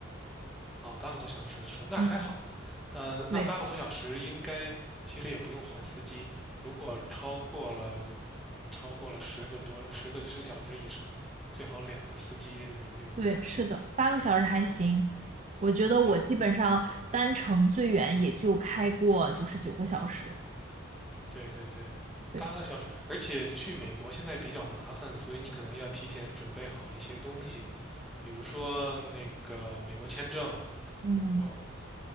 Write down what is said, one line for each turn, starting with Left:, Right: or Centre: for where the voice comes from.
Centre: 哦，八个多小时的车，那还好。
Right: 嗯，
Centre: 呃，那八个多小时应该其实也不用换司机。
Right: 对，
Centre: 如果超过了超过了十个多十个十个小时以上，最好两个司机轮流的开。
Right: 对，是的，八个小时还行。我觉得我基本上单程最远也就开过就是九个小时。
Centre: 八，对对对，
Right: 对。
Centre: 八个小时。而且去美国现在比较麻烦，所以你可能要提前准备好一些东西，比如说那个美国签证，
Right: 嗯。
Centre: 哦，